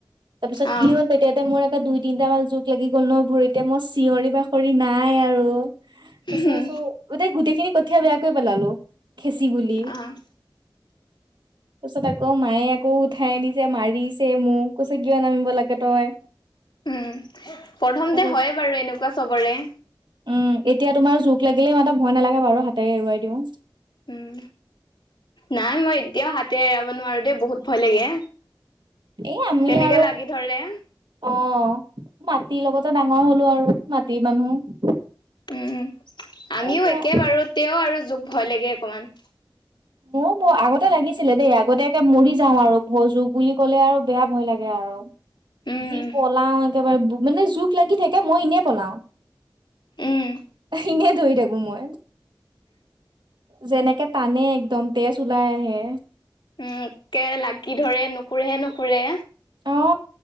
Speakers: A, on the right; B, on the left.
A: তাৰপিছত
B: অ',
A: কি হ'ল য়াতে মোৰ এটা দুই, তিনটা মান জোক লাগি গ'ল ন ভৰিতে মই চিঞৰি বাখৰি নাই আৰু। তাৰ
B: উম,
A: পিছত গোটেইখিনি কঠীয়া বেয়াকৈ পেলালো খেচি, গুলি
B: অ',
A: তাৰপিছত আকৌ মায়ে আকৌ উঠাই নিছে মাৰিছে মোক। কৈছে কিয় নামিব লাগে তই।
B: উ, প্ৰথমতে
A: আকৌ
B: হয়ে বাৰু এনেকুৱা চবৰে
A: উম, এতিয়া তোমাৰ জোক লাগিলে সিমানটা ভয় নালাগে বাৰু হাতেৰে এৰুৱাই দিওঁ।
B: উম, নাই মই এতিয়াও হাতে এৰাব নোৱাৰো দেই বহুত ভয় লাগে।
A: এ আমি
B: কেনেকে
A: আৰু
B: লাগি ধৰে।
A: অ, মাটিৰ লগতে ডাঙৰ হলো আৰু মাটিৰ মানুহ
B: উম, আমিও
A: এ এতিয়া
B: একে বাৰো তেও আৰু জোক ভয় লাগে অকমান।
A: অ, আগতে লাগিছিলে দেই আগতে মৰি যাওঁ আৰু জোক বুলি কলে আৰু বেয়া ভয় লাগে আৰু।
B: উম
A: যি পলাও একেবাৰে মানে জোক লাগি থাকে মই এনে পলাও।
B: উম
A: এনে দৌৰি থাকো মই যেনেকে তানে একদম তেজ ওলাই আহে।
B: উম একে লাগি ধৰে নুখুৰেহে, নুখুৰে।
A: অ,